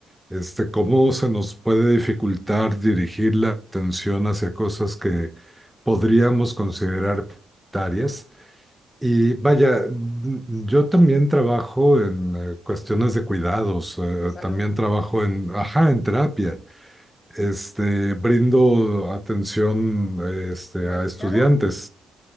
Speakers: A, in the centre; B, on the left.
A: Este, ¿cómo se nos puede dificultar dirigir la atención hacia cosas que podríamos considerar prioritarias? Y vaya, mm, yo también trabajo en eh, cuestiones de cuidados, eh,
B: de salud
A: también trabajo en, ajá, en terapia. Este, brindo atención, este,
B: humanizada.
A: a estudiantes.